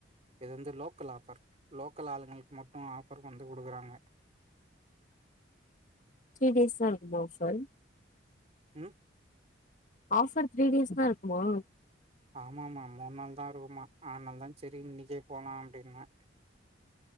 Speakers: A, on the right; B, on the left.
A: இது வந்து லோக்கல் ஆஃபர் லோக்கல் ஆளுங்களுக்கு மட்டும் ஆஃபர் கொந்து குடுக்குறாங்க
B: த்ரீ டேஸ் தான்மா ஆஃபர்
A: ம்
B: ஆஃபர் த்ரீ டேஸ் தா இருக்குமா
A: ஆமாமா மூணு நாள் தா இருக்கும்மா ஆநாள தான சரி இன்னைக்கே போலாம் அப்படின்ன